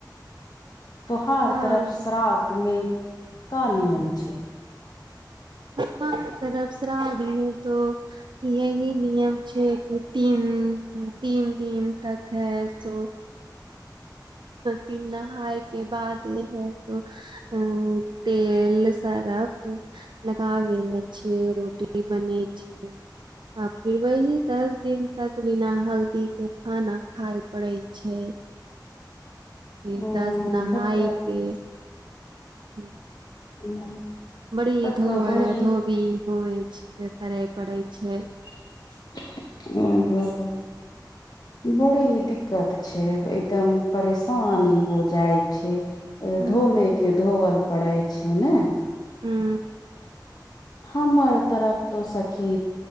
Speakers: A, on the left; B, on the right.
A: त्योहार
B: हँ
A: तरफ श्रादध मऽ का नियम छै
B: हमरा तरफ शराादमे त इ ही निियम छै तीन तीन दिन तक है सो तीन नहाय के बाद हैो <unintelligible> तेल सर्फ लगाबे ल छियै रोटी बनै छियै आ फिर वही दस दिन तक बिना हल्दी कऽ खाना खाय पड़े छै फेर
A: ओ
B: दस नहाायके
A: तब तऽ
B: हूँ
A: <unintelligible>
B: बड़ी
A: तब
B: धो
A: तऽ बड़ी
B: धोबी होइ छै करे पड़ै छै
A: <unintelligible> बड़ी दिक्कत छै एकदम परेशानी हो जाइ छै
B: हुँ
A: धोले के धोवल पड़े छै ने
B: हूँ
A: हमर तरफ तो सखी